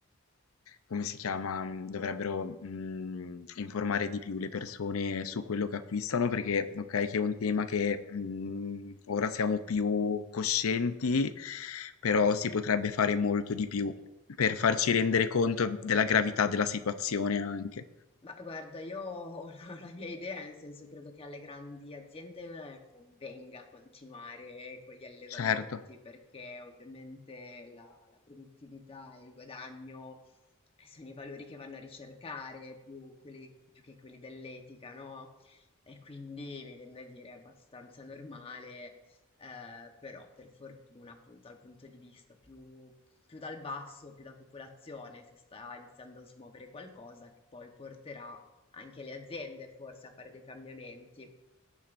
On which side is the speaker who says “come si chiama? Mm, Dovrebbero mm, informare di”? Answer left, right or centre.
Left